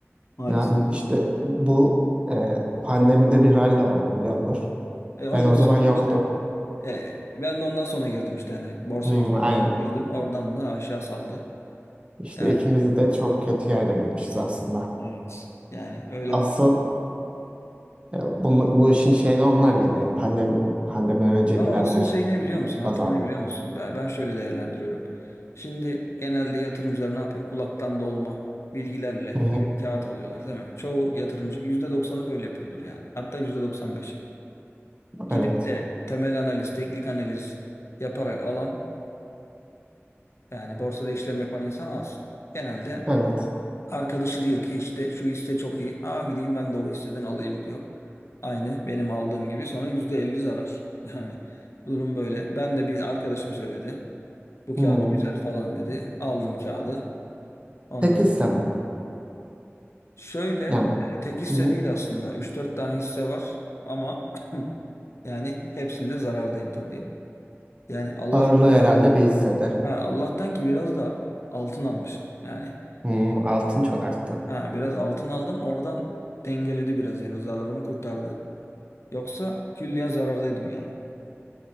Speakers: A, on the left; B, on the right.
A: Maalesef.
B: Ya bir- işte bu e, pandemide bir rally oldu biliyordur.
A: E ondan
B: Ben o zaman
A: sonra
B: yoktum.
A: işte e, ben de ondan sonra girdim işte. Yani borsa
B: Hı,
A: yükseldi
B: aynen.
A: girdim. Oradan da aşağı saldı.
B: İşte
A: Yani
B: ikimiz de çok kötü yerde girmişiz aslında.
A: evet. Yani öyle
B: Asıl
A: bir
B: e, bunu, bu işin şeyini onlar yedi. Yani pandemi, pandemiden önce
A: Ama
B: girenler
A: asıl şey ne biliyor musun? Hata
B: kazandı.
A: ne biliyor musun? Ben ben şöyle değerlendiriyorum. Şimdi genelde yatırımcılar ne yapıyor? Kulaktan dolma bilgilerle
B: Hı hı.
A: gidip kağıt alıyorlar değil mi? Çoğu yatırımcı yüzde doksanı böyle yapıyordur yani. Hatta %95'i. Gidip
B: Evet.
A: de temel analiz, teknik analiz yaparak alan yani borsada işlem yapan insan az. Genelde
B: Evet.
A: arkadaşı diyor ki işte şu hisse çok iyi. Aa gideyim ben de o hisseden alayım diyor. Aynı benim aldığım gibi sonra %50 zarar. <laughs> Yani durum böyle. Ben de bir arkadaşım söyledi. Bu
B: Hmm.
A: kağıt güzel falan dedi. Aldım kağıdı. Ondan
B: Tek
A: sonra-
B: hisse mi?
A: Şöyle
B: Yani
A: e, tek hisse
B: bu
A: değil aslında. Üç dört tane hisse var ama <clears throat> yani hepsinde zarardayım tabii. Yani Allah'tan
B: ağırlığı
A: ki
B: herhalde bir hissede.
A: ha, Allah'tan ki biraz da altın almışım. Yani
B: Hmm, altın çok arttı.
A: ha, biraz altın aldım oradan dengeledi biraz yani zararımı kurtardı. Yoksa külliyen zarardaydım yani.